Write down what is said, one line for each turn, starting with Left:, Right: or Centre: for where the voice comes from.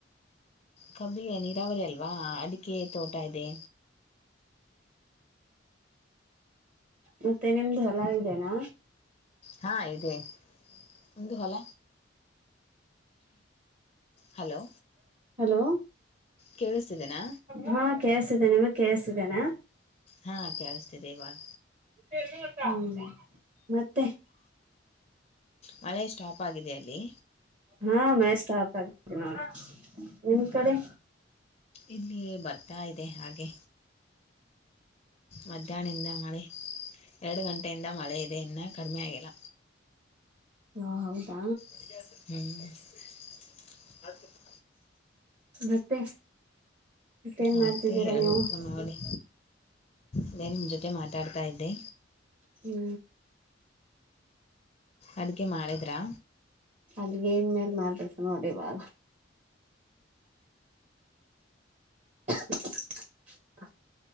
Left: ಕಬ್ಬಿಯ ನೀರಾವರಿ ಅಲ್ವಾ ಅದಕ್ಕೆೆ ತೋಟ ಇದೆ.
Right: ಮತ್ತೆ ನಿಮ್ದು ಹೊಲ ಇದೇನಾ.
Left: ಹಾ ಇದೆ ನಿಮ್ದು ಹೊಲ. ಹಲೋ
Right: ಹಲೋ
Left: ಕೇಳಿಸ್ತಿದೆನಾ.
Right: ಹಾ ಕೇಳಿಸ್ತಿದೆ ನಿಮಗ್ ಕೇಳ್ಸಿದ್ದೇನಾ.
Left: ಹಾ ಕೇಳಿಸ್ತಿದೆ ಈವಾಗ
Right: <unintelligible> ಹೂ ಮತ್ತೆ
Left: ಮಳೆ ಸ್ಟಾಪ್ ಆಗಿದೆ ಅಲ್ಲಿ.
Right: ಹಾ ಮಳೆ ಸ್ಟಾಪ್ <unintelligible> ನಿಮ್ ಕಡೆ.
Left: ಇಲ್ಲಿ ಬರ್ತಾ ಇದೆ ಹಾಗೆ. ಮಧ್ಯಾಹ್ನಿಂದ ಮಳೆ ಎರಡು ಗಂಟೆಯಿಂದ ಮಳೆ ಇದೆ ಇನ್ನ ಕಡಿಮೆ ಆಗಿಲ್ಲ.
Right: ಹ ಹೌದಾ.
Left: ಹ್ಮ್ <unintelligible>
Right: ಮತ್ತೆ. ಮತ್ತೇನ್
Left: ಮತ್ತೆ
Right: ಮಾಡ್ತಿದ್ದೀರಾ
Left: ಹೇಳೇಬೇಕು
Right: ನೀವು
Left: ನೋಡಿ ಅದೇ ನಿಮ್ಮ ಜೊತೆ ಮಾತಾಡ್ತಾ ಇದ್ದೆ.
Right: ಹೂ
Left: ಅಡುಗೆ ಮಾಡಿದ್ರಾ.
Right: ಅಲ್ಲಿ ಏನ್ ಮೇಲ್ ಮಾಡ್ಬೇಕು ನೋಡಿವಾಗ. <unintelligible>